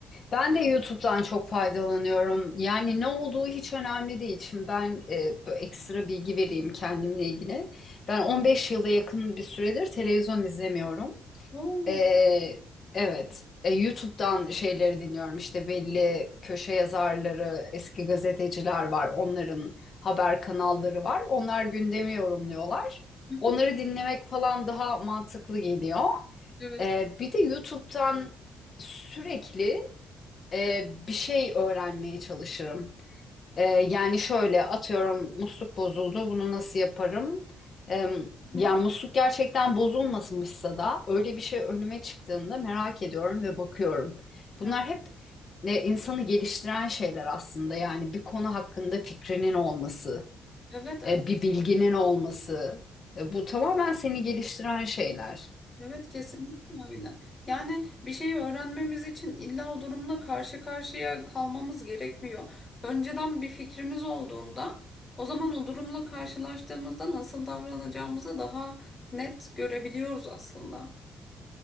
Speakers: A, on the left; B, on the left.
A: Ben de YouTube'dan çok faydalanıyorum. Yani ne olduğu hiç önemli değil. Şimdi ben e, böyle ekstra bilgi vereyim kendimle ilgili. Ben 15 yıla yakın bir süredir televizyon izlemiyorum.
B: Oo.
A: E, evet, E, YouTube'dan şeyleri dinliyorum. İşte belli köşe yazarları, eski gazeteciler var. Onların haber kanalları var. Onlar gündemi yorumluyorlar.
B: Hı hı.
A: Onları dinlemek falan daha mantıklı geliyor.
B: Evet.
A: E, bir de YouTube'dan sürekli e, bir şey öğrenmeye çalışırım. E, yani şöyle atıyorum musluk bozuldu bunu nasıl yaparım? E,
B: hı
A: yani
B: hı.
A: musluk gerçekten bozulmamışsa da öyle bir şey önüme çıktığında merak ediyorum ve bakıyorum. Bunlar
B: Evet,
A: hep e, insanı geliştiren şeyler aslında yani bir konu hakkında fikrinin olması,
B: evet, evet,
A: e, bir bilginin olması. E, bu tamamen seni geliştiren şeyler.
B: evet kesinlikle öyle. Yani bir şeyi öğrenmemiz için illa o durumla karşı karşıya kalmamız gerekmiyor. Önceden bir fikrimiz olduğunda o zaman o durumla karşılaştığımızda nasıl davranacağımızı daha net görebiliyoruz aslında.